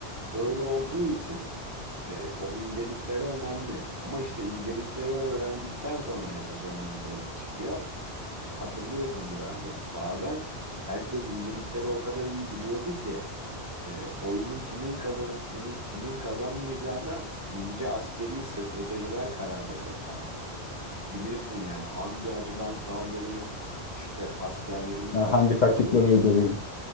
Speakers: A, on the right; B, on the left.
A: böyle olduğu için e, o incelikleri önemli. Ama işte incelikleri öğrendikten sonra esas oyunun zevki çıkıyor. Hatırlıyorsundur abi. Bazen herkes incelikleri o kadar iyi biliyordu ki e, oyunun kimin kazanıp kimin, kimin kazanmayacağına ince askeri stratejiler karar veriyordu abi bilirsin yani hangi açıdan saldırayım, işte askerlerimi
B: Ya
A: kaç
B: hangi
A: gruba
B: taktikleri
A: böleyim,
B: uygulayayım?